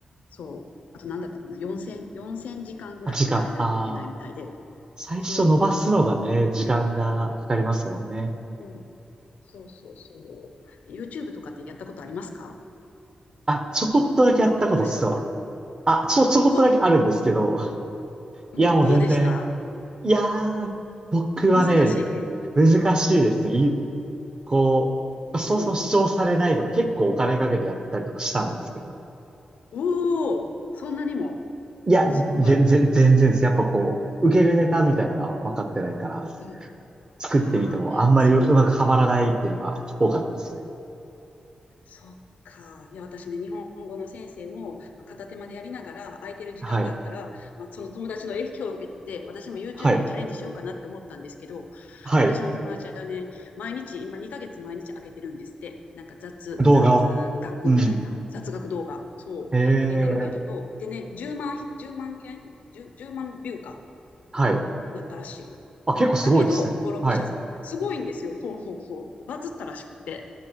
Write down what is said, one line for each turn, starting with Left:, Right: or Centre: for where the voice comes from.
Left: そう。あと何だったかな、4000、4000時間ぐらい見られないといけないみたいで、
Right: あ、時間。ああ。最初伸ばすのがね、
Left: そ
Right: 時間がかかりますもんね。
Left: う。うん。そうそうそう。え YouTube とかってやったことありますか
Right: あ、ちょこっとだけやったこと実は。
Left: アップとかしたことある
Right: あ、ちょ、ちょこっとだけあるんですけど。
Left: お、うん、
Right: いや、もう全然。
Left: どうでした
Right: いやー、僕はね、
Left: 難しい
Right: 難しいですね。こう、
Left: うん。
Right: そうそう主張されないとか、結構お金かけてやったりとかしたんですけど、
Left: おお、そんなにも、
Right: いや、
Left: すごい。
Right: ぜ、全然です。やっぱこう、受けるネタみたいなのが分かってないから、
Left: うん。
Right: 作ってみてもあんまりう、
Left: ああ、やっぱその、
Right: うまくはまらないっていうのが多かったですね。
Left: そっか。いや、私ね、日本語の先生も片手間でやりながら、空いてる時間があったら、
Right: はい。
Left: まあ、その友達の影響を受けて、私も YouTube
Right: はい。
Left: にチャレンジしようかなって思ったんですけど、
Right: はい。
Left: 私の友達はね、毎日、今2ヶ月毎日上げてるんですって。なんか雑、
Right: 動画を。
Left: 雑学みたいな、
Right: うん。
Left: 雑学動画、そう、
Right: ええ
Left: 上げてるけど、でね、10万、10万件 10, 10万ビューか。
Right: はい。
Left: なったらしい。
Right: あ、
Left: なったけど、
Right: 結構すごいですね。
Left: 登録者、
Right: はい。
Left: すごいんですよ。そうそうそう。バズったらしくて。